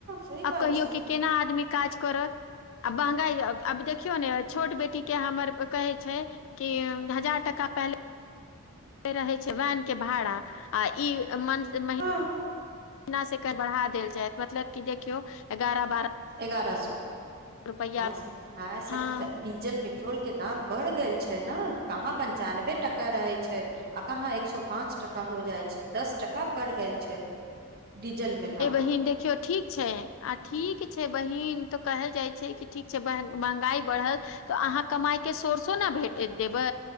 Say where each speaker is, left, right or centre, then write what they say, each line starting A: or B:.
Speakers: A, on the right; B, on the left.
A: सही
B: आब
A: बात
B: कहियौ
A: छै
B: के केना आदमी काज करत आ महंगाई अब अब देखियौ ने छोट बेटीके हमर कहै छै कि हजार का पहले रहै छै वैन के भाड़ा आ ई मन से महि
A: हँ
B: बिना से एकर बढ़ा देल जायत मतलब कि देखियौ एगारह बारह
A: एगारह सौ
B: रुपैया
A: आय <unintelligible>
B: हँ
A: डीजल पेट्रोल के दाम बढ़ गेल छै ने कहाँ पंचानबे टका रहै छै आ कहाँ एक सौ पाँच टका हो जाइ छै दस टका बढ़ गेल छै डीजल मे दाम
B: ए बहीन देखियौ ठीक छै आ ठीक छै बहिन तऽ कहल जाइ छै कि ठीक छै महंगाई बढ़ल तऽ अहाँ कमाइ के सोर्सो ने भेटय देबै